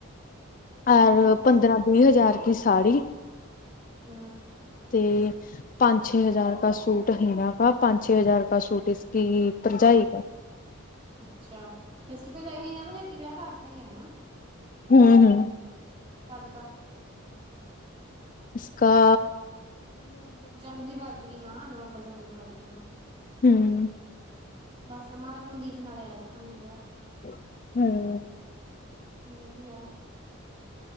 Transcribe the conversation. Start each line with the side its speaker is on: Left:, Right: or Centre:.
Left: ਔਰ
Right: ਹੂੰ,
Left: ਪੰਦਰਾਂ ਵੀਹ ਹਜ਼ਾਰ ਕੀ ਸਾੜੀ।
Right: <unintelligible> ਹਉ
Left: ਤੇ ਪੰਜ ਛੇ ਹਜ਼ਾਰ ਕਾ ਸੂਟ ਹੀਨਾ ਕਾ, ਪੰਜ ਛੇ ਹਜ਼ਾਰ ਕਾ ਸੂਟ ਇਸਕੀ ਭਰਜਾਈ ਕਾ।
Right: ਅੱਛਾ ਫਿਰ ਸਕੀਮ ਇਹੀ ਹਨਾਂ ਛੇਤੀ ਵਿਆਹ ਕਰ ਦੇਗੇ ਹਨਾ।
Left: <unintelligible> ਹਉ
Right: ਕਦਕਾ
Left: ਇਸਕਾ
Right: ਜਨਵਰੀ, ਫਰਵਰੀ, ਮਾ ਨਵੰਬਰ ਜਨਵਰੀ ਫਰਰੀ ਮਾ
Left: <unintelligible> ਹਉ
Right: ਬਸ ਮੈ ਮਨਦੀਪ ਨਾਲੇ ਆਏਗਾ ਤੁਹਾਨੂੰ ਵਿਆਹ
Left: <unintelligible> ਹਉ
Right: ਵਧੀਆ